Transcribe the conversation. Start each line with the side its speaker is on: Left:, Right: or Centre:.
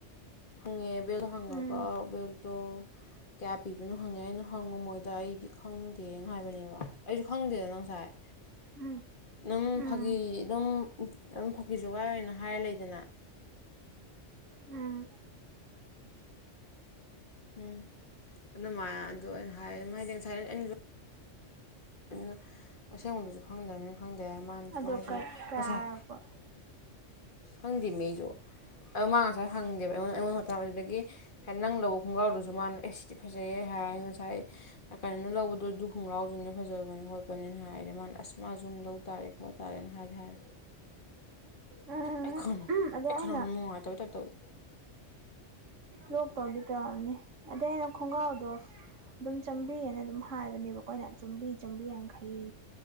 Left: ꯍꯪꯉꯦ ꯕꯦꯜꯗꯣ ꯍꯪꯉꯒ
Right: ꯎꯝ
Left: ꯕꯦꯜꯇꯣ ꯀꯌꯥ ꯄꯤꯕꯅꯣ ꯍꯪꯉꯦ ꯑꯩꯅ ꯍꯪꯉꯨ ꯃꯣꯏꯗ ꯑꯩ ꯏ ꯈꯪꯗꯦꯅ ꯍꯥꯏꯕꯅꯦꯕ ꯑꯩꯁꯨ ꯈꯪꯗꯦꯗ ꯉꯁꯥꯏ
Right: ꯎꯝ
Left: ꯅꯪ
Right: ꯎꯝ
Left: ꯐꯥꯒꯤ ꯑꯗꯨꯝ ꯑꯗꯨꯝ ꯐꯥꯒꯤ ꯖꯨꯒꯥꯏ ꯑꯣꯏꯅ ꯍꯥꯏꯔ ꯂꯩꯗꯅ
Right: ꯎꯝ
Left: ꯎꯝ ꯑꯗꯨꯃꯥꯏꯅ ꯑꯗꯨ ꯑꯩꯅ ꯍꯥꯏ ꯃꯗꯤ ꯉꯥꯁꯥꯏ <unintelligible> ꯗꯨꯅ ꯑꯁꯦꯡꯕꯗꯨꯁꯨ ꯈꯪꯗꯕꯅꯤꯅ ꯈꯪꯗꯦ ꯍꯥꯏ ꯃꯅꯥ
Right: ꯑꯗꯣ
Left: ꯃꯥꯏꯁꯨ
Right: ꯀꯩ ꯀꯌꯥ
Left: ꯉꯁꯥꯏ
Right: ꯍꯥꯏꯔꯛꯄ
Left: ꯍꯪꯗꯦ ꯃꯤ ꯑꯩꯁꯨ ꯑꯃꯥ ꯉꯁꯥꯏ ꯍꯪꯗꯦꯕ ꯑꯩꯉꯣꯟꯗ ꯑꯩꯉꯣꯟꯗ <unintelligible> ꯗꯥꯒꯤ ꯍꯥꯏ ꯅꯪ ꯂꯧꯕ ꯈꯣꯡꯒꯥꯎꯗꯨꯁꯨ ꯃꯥꯅ ꯑꯦ ꯁꯤꯗꯤ ꯐꯖꯩꯍꯦ ꯍꯥꯏ ꯉꯁꯥꯏ ꯀꯥꯏꯅ ꯂꯧꯕꯗꯣ ꯑꯗꯨ ꯈꯣꯡꯂꯥꯎꯗꯨꯅꯦ ꯐꯖꯕꯅꯤ ꯈꯣꯠꯄꯅꯤꯅ ꯍꯥꯏꯔꯦ ꯃꯥꯅ ꯑꯁ ꯃꯥꯁꯨ ꯑꯗꯨꯝ ꯂꯧ ꯇꯥꯔꯦ ꯈꯣꯠ ꯇꯥꯔꯦꯅ ꯍꯥꯏꯗꯤ ꯍꯥꯏ
Right: ꯎꯝ
Left: ꯑꯩ ꯈꯟ
Right: ꯎꯝ ꯑꯗꯩ
Left: ꯑꯩ
Right: ꯑꯩꯅ
Left: ꯈꯟꯅꯥꯎ ꯅꯨꯡꯉꯥꯏꯇꯕꯩ ꯇꯏꯞ ꯇꯧꯋꯦ
Right: ꯂꯣꯛꯄꯗꯤ ꯑꯗꯩ ꯑꯩꯅ ꯈꯣꯡꯒ꯭ꯔꯥꯎꯗꯣ ꯑꯗꯨꯝ ꯆꯥꯝꯃꯔꯤꯑꯅ ꯑꯗꯨꯝ ꯍꯥꯏꯕꯅꯦꯕ ꯀꯣꯑꯩꯅꯥ ꯆꯥꯝꯔꯤ ꯆꯥꯝꯃꯔꯤ ꯌꯥꯡ ꯈꯩ